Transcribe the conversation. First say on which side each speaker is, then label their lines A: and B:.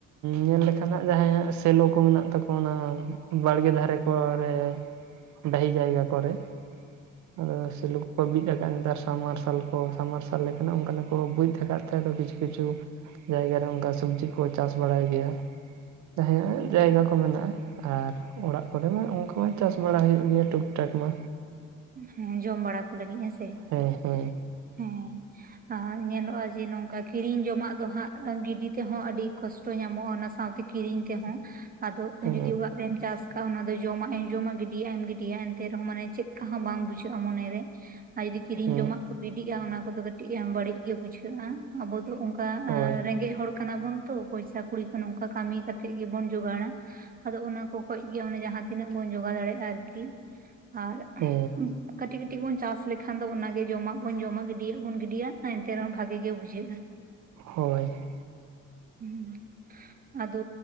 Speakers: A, on the right; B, on the right.
A: ᱧᱮᱞ ᱞᱮᱠᱷᱟᱱ ᱟᱜ ᱡᱟᱦᱟᱸᱭᱟᱼᱜ ᱥᱮᱞᱚ ᱠᱚ ᱢᱮᱱᱟᱜ ᱛᱟᱠᱚᱱᱟ ᱵᱟᱲᱜᱮ ᱫᱷᱟᱨᱮ ᱠᱚᱨᱮ ᱰᱟᱹᱦᱤ ᱡᱟᱭᱜᱟ ᱠᱚᱨᱮ ᱟᱫᱚ ᱥᱮᱞᱩ ᱠᱚ ᱠᱚ ᱵᱤᱫ ᱟᱠᱟᱫᱼᱟ ᱱᱮᱛᱟᱨ ᱥᱟᱵ ᱢᱟᱨᱥᱟᱞ ᱠᱚ ᱥᱟ ᱢᱟᱨᱥᱟᱞ ᱛᱟᱦᱚᱞᱮ ᱠᱷᱟᱱ ᱚᱱᱠᱟᱱᱟᱜ ᱠᱚ ᱵᱩᱡᱽ ᱠᱟᱫ ᱛᱟᱦᱮᱸᱠᱚ ᱠᱤᱪᱷᱩ ᱠᱤᱪᱷᱩ ᱡᱟᱭᱜᱟ ᱨᱮ ᱚᱱᱠᱟ ᱥᱚᱵᱽᱡᱤ ᱠᱚ ᱪᱟᱥ ᱵᱟᱲᱟᱭ ᱜᱮᱭᱟ ᱡᱟᱦᱟᱸᱭᱟᱜ ᱡᱟᱭᱜᱟ ᱠᱚ ᱢᱮᱱᱟᱜᱼᱟ᱾ ᱟᱨ ᱚᱲᱟᱜ ᱠᱚᱨᱮ ᱢᱟ ᱚᱱᱠᱟ ᱢᱟ ᱪᱟᱥ ᱵᱟᱲᱟ ᱦᱩᱭᱩᱜ ᱜᱮᱭᱟ ᱴᱩᱠ ᱴᱟᱠ ᱢᱟ
B: ᱦᱮᱸ ᱡᱚᱢ ᱵᱟᱲᱟ ᱠᱚ ᱞᱟᱹᱜᱤᱫ ᱦᱮᱸ ᱥᱮ
A: ᱦᱮᱸ ᱦᱮᱸ
B: ᱦᱮᱸ ᱟ ᱧᱮᱞᱚᱜᱼᱟ ᱡᱮ ᱱᱚᱝᱠᱟ ᱠᱤᱨᱤᱧ ᱡᱚᱢᱟᱜ ᱫᱚ ᱦᱟᱸᱜ ᱜᱤᱰᱤ ᱛᱮᱦᱚᱸ ᱟᱹᱰᱤ ᱠᱚᱥᱴᱚ ᱧᱟᱢᱚᱜᱼᱟ᱾ ᱚᱱᱟ ᱥᱟᱶᱛᱮ ᱠᱤᱨᱤᱧ ᱛᱮᱦᱚᱸ ᱟᱫᱚ
A: ᱦᱮᱸ
B: ᱡᱩᱫᱤ ᱚᱲᱟᱜ ᱨᱮᱢ ᱪᱟᱥ ᱠᱟᱜᱼᱟ ᱚᱱᱟ ᱫᱚ ᱡᱚᱢᱟᱜ ᱮᱢ ᱡᱚᱢᱟᱜ ᱜᱤᱰᱤᱭᱟᱜ ᱮᱢ ᱜᱤᱰᱤᱭᱟ᱾ ᱮᱱᱛᱮ ᱨᱮᱦᱚᱸ ᱢᱟᱱᱮ ᱪᱮᱫ ᱦᱚᱸ ᱵᱟᱝ ᱵᱩᱡᱷᱟᱹᱜᱼᱟ ᱢᱚᱱᱮᱨᱮ ᱟᱨ ᱡᱩᱫᱤ ᱠᱤᱨᱤᱧ
A: ᱦᱮᱸ
B: ᱡᱚᱢᱟᱜ ᱵᱤᱰᱤᱜᱼᱟ ᱚᱱᱟ ᱠᱚᱫᱚ ᱠᱟᱹᱴᱤᱡ ᱵᱟᱹᱲᱤᱡ ᱜᱮ ᱵᱩᱡᱷᱟᱹᱜᱼᱟ, ᱟᱵᱚ ᱫᱚ ᱚᱱᱠᱟ
A: ᱦᱳᱭ
B: ᱨᱮᱸᱜᱮᱡ ᱦᱚᱲ ᱠᱟᱱᱟ ᱵᱚᱱ ᱛᱚ ᱯᱚᱭᱥᱟ ᱠᱩᱲᱤ ᱠᱚ ᱱᱚᱝᱠᱟ ᱠᱟᱹᱢᱤ ᱠᱟᱛᱮᱫ ᱜᱮᱵᱚᱱ ᱡᱚᱜᱟᱲᱟ᱾ ᱟᱫᱚ ᱚᱱᱟ ᱠᱚ ᱠᱷᱚᱡ ᱜᱮ ᱡᱟᱦᱟᱸᱛᱤᱱᱟᱹᱜ ᱵᱚᱱ ᱡᱚᱜᱟᱣ ᱫᱟᱲᱮᱭᱟᱜᱼᱟ ᱟᱨᱠᱤ ᱟᱨ
A: ᱦᱮᱸ
B: ᱠᱟᱹᱴᱤᱡ ᱠᱟᱹᱴᱤᱡ ᱵᱩᱱ ᱪᱟᱥ ᱞᱮᱠᱷᱟᱱ ᱫᱚ ᱚᱱᱟᱜᱮ ᱡᱚᱢᱟᱜ ᱵᱚᱱ ᱡᱚᱢᱟ ᱜᱤᱰᱤᱭᱟᱜ ᱵᱚᱱ ᱜᱤᱰᱤᱭᱟ ᱮᱱᱛᱮ ᱨᱮᱦᱚᱸ ᱵᱷᱟᱜᱮ ᱜᱮ ᱵᱩᱡᱷᱟᱹᱜᱼᱟ᱾
A: ᱦᱳᱭ
B: ᱦᱩᱸ <unintelligible> ᱟᱫᱚ